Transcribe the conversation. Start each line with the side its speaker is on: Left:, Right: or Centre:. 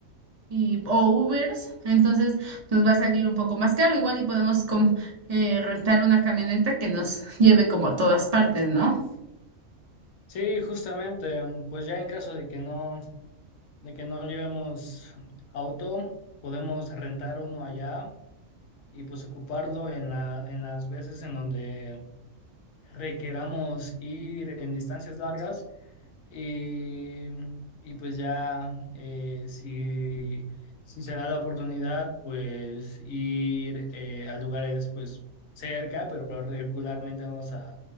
Right: y o Ubers, entonces nos va a salir un poco más caro, igual y podemos com- eh, rentar una camioneta que nos lleve como a todas partes, ¿no?
Left: Sí, justamente, mm, pues ya en caso de que no, de que no llevemos auto, podemos rentar uno allá y pues ocuparlo en la, en las veces en donde requeramos ir en distancias largas Y, y pues ya, eh, si, si se da la oportunidad, pues ir eh, a lugares pues cerca, pero regularmente vamos a